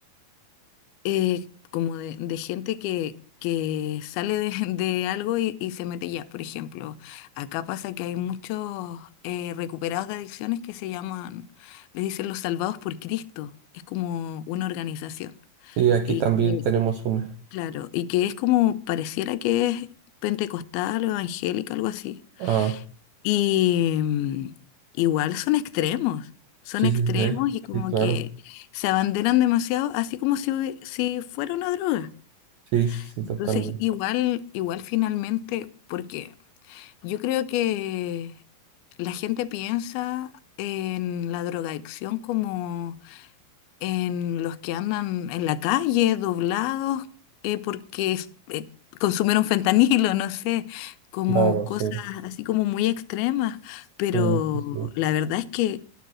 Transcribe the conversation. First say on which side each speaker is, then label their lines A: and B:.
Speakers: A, on the left (about 85°); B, on the right (about 80°).
A: eh, como de, de gente que, que sale de, <laughs> de algo y, y se mete ya. Por ejemplo, acá pasa que hay muchos eh, recuperados de adicciones que se llaman, les dicen los salvados por Cristo. Es como una organización.
B: Y aquí
A: Y
B: también
A: que
B: tenemos una.
A: Claro, y que es como, pareciera que es pentecostal o evangélica, algo así.
B: Ah,
A: Y mm, igual son extremos, son
B: sí,
A: extremos
B: sí, sí, sí,
A: y como
B: sí, claro.
A: que se abanderan demasiado, así como si, hubie- si fuera una droga.
B: Sí, sí, sí,
A: Entonces,
B: totalmente.
A: igual, igual finalmente, porque yo creo que la gente piensa en la drogadicción como en los que andan en la calle doblados eh, porque es- eh, consumieron <laughs> fentanilo, no sé, como
B: Claro,
A: cosas
B: sí,
A: así como muy extremas, pero
B: sí, sí, sí,
A: la verdad es que